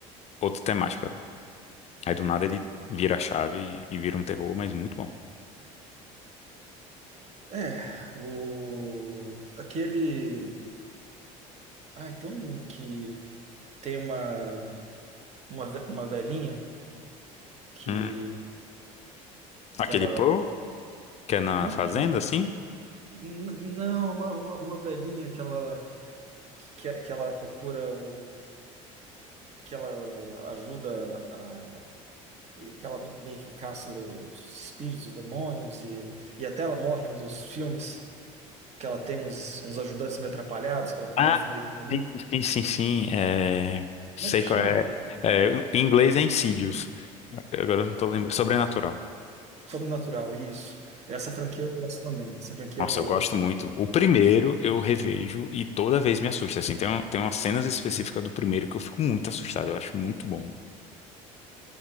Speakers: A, on the left; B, on the right.
A: outra temática. Aí do nada ele vira a chave e, e vira um terror, mas muito bom.
B: É, o... Aquele... Ai, tem um que tem uma, uma, ve- uma velhinha que,
A: Hum. Aquele
B: que ela...
A: Pro, que é na
B: Como
A: fazenda,
B: é que é? N-
A: assim?
B: Não, uma, uma, uma velhinha que ela... que, que que ela procura o que ela ajuda a e que ela meio que caça os espíritos, os demônios e, e até ela morre em um dos filmes que ela tem uns, uns ajudantes meio atrapalhados que ela conhece
A: Ah,
B: no meio do caminho.
A: sim, sim, sim, sim. É... Sei
B: Como é que chama?
A: qual é. É, Em inglês é Insidious. Agora eu não tô lembrando. Sobrenatural.
B: Sobrenatural, isso. Essa franquia eu gosto também. Essa franquia
A: Nossa,
B: é boa.
A: eu gosto muito. O primeiro eu revejo e toda vez me assusta. Assim, tem, um- tem umas cenas específicas do primeiro que eu fico muito assustado. Eu acho muito bom.